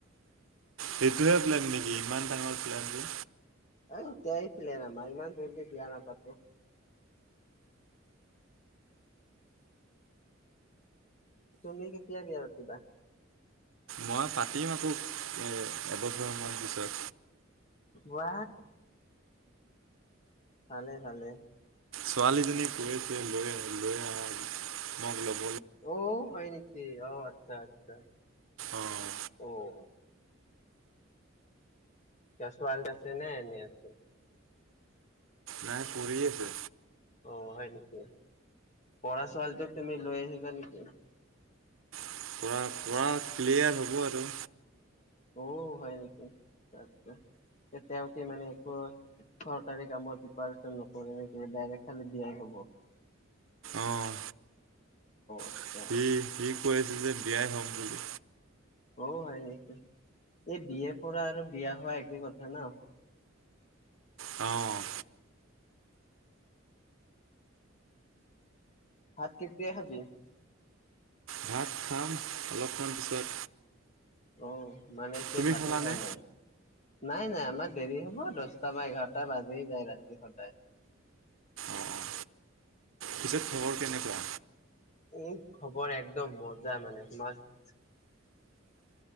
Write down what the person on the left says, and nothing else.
অ', <unintelligible> প্লেন আমাৰ, ইমান‌ জল্দি বিয়া নাপাতোঁ। তুমি কেতিয়া বিয়া পাতিবা?
ৱা ভালে, ভালে।
অ', হয়, নেকি? অ', আতচ্ছা। <unintelligible>
অ' <unintelligible> আছেনে? এনে আছে?
অ', হয়, নেকি? পঢ়া ছোৱালীতো তুমি লৈ আহিবা নি <unintelligible>
অ', হয়, নেকি? আতচ্ছা, তেওঁ কি মানে চ-চৰকাৰী কামৰ প্ৰিপচন নকৰে, ডাইৰেক্ট খালী বিয়াই হ'ব, অ'।
আচ্ছা
অ', হয়, নেকি? এই বি য়ে পঢ়া আৰু বিয়া হোৱা একেই কথা ন?
ভাত কেতিয়া খাবি?
অ'। মানে, এতিয়া
ভাতেই
হোৱা নাই। নাই, নাই। আমাৰ দেৰি হ'ব। দহটা বা এঘাৰটা বাজেই যায় ৰাতি হ'লে। তাই
এই, খবৰ একদম মজা মানে, মাস্ত